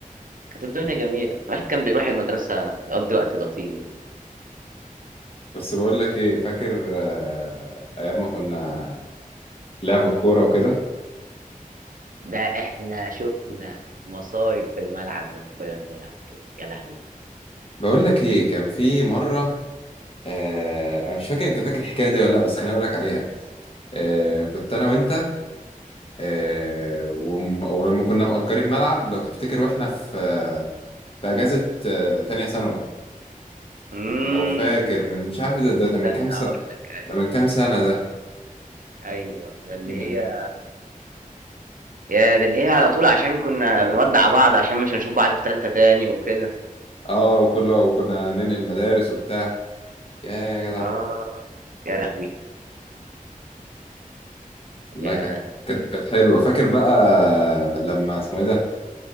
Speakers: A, on the right (about 70°); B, on the left (about 40°).
A: كانت الدنيا جميلة، الواحد كان بيروح المدرسة يقضّي وقت لطيف،
B: بس بقول لك ايه فاكر آه، ايام ما كنا لعب الكوره وكده
A: ده إحنا شُفنا مصايب في الملعب لمّا كنا بنلعب كورة، يا لهوي!
B: بقول لك ايه كان في مره آه انا مش فاكر انت فاكر الحكايه دي ولا لا بس خليني اقول لك عليها آه كنت انا وانت آه وم- ولما كنا مأجرين ملعب لو تفتكر واحنا في آه في اجازه آه تانية ثانوي
A: إمم،
B: لو فاكر من مش عارف ده ده,
A: استنى
B: ده من كام سنه
A: هاقول لك أيوه،
B: ده من كام سنه ده
A: أيوه، ده اللي
B: من
A: هي ياه! ده اللي هي على طول عشان كنا بنودّع بعض عشان مش هنشوف بعض في تالتة تاني وكده،
B: اه وكله وكنا ننقل مدارس وبتاع يا يا جدع
A: آه، يا لهوي!
B: والله
A: ياه!
B: كانت كانت كانت حلوه فاكر بقى لما اسمه ايه ده